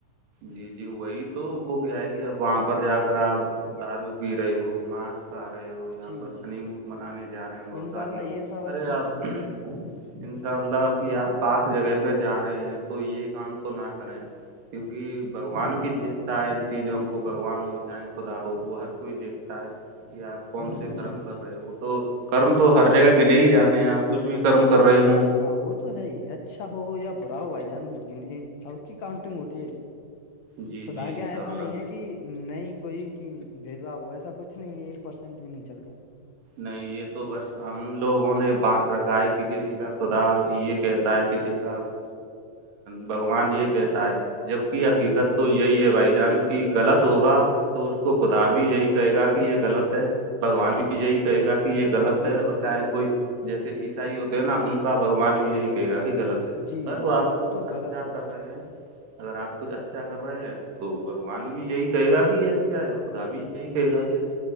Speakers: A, on the right; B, on the left.
A: جی جی وہی تو وہ کیا ہے کہ اب وہاں پر جا کر آپ دارو پی رہے ہو ماسک سارے وہ یہاں
B: جی
A: پر
B: جی
A: ہنیمت منانے جا رہے ہیں بہت
B: انشاء
A: سارے
B: اللہ
A: لوگ
B: یہ سب اچھا
A: ارے
B: نہیں
A: آپ
B: ہے
A: انشاء اللہ کہ آپ پاک جگہ پہ جا رہے ہیں تو یہ کام تو نہ کریں کیوںکہ
B: جی
A: بگوان
B: جی
A: بھی دیکھتا ہے ان چیزوں کو بگوان ہو چاہے خدا ہو ہو ہر کوئی دیکھ کہ آپ کون
B: جی
A: سے کرم کر
B: جی
A: رہے ہو وہ تو کرم تو ہر جگہ گنے ہی جاتے ہیں آپ کچھ بھی کرم کر رہے ہوں
B: ہاں وہ ہے اچھا اچھا ہو یا برا ہو بھائی جان سب کی کاؤنٹنگ ہوتی ہے
A: جی
B: خدا
A: جی
B: گ
A: انشاء
B: ایسا
A: اللہ
B: نہیں ہے کہ نہیں کوئی بھید بھؤ ہو ایسا کچھ نہیں ہے ایک پرسینٹ بھی نہیں چلتا
A: نہیں یہ تو بس ہم لوگوں نے بانٹ رکھا ہے کہ کسی کا خدا یہ کہتا ہے کسی کا
B: <inaudible>
A: بھگوان یہ کہتا ہے جبک
B: جی
A: حقیقت تو یہی ہے بھائی جان کی غلط ہوگا تو اس کو خدا بھی یہی کہے گا کہ یہ غلط ہے بگوان بھی یہی کہے گا کہ یہ غط
B: جی
A: ہے اور
B: جی
A: چاہے کوئی جیسے عیسائی ہو دینا ان کا بگوان بھی یہی کافی غلط ہے
B: جی
A: ا
B: جی
A: وہ آپ
B: غلط
A: کچھ
B: تو غلط
A: اچھا
B: ہے
A: کر رہے ہیں اگر آپ کچھ اچھا کر رہے ہیں تو بگوان بھی یہی کہے گا کہ اچھا ہے اور خدا بھی یہی کہے گا کہا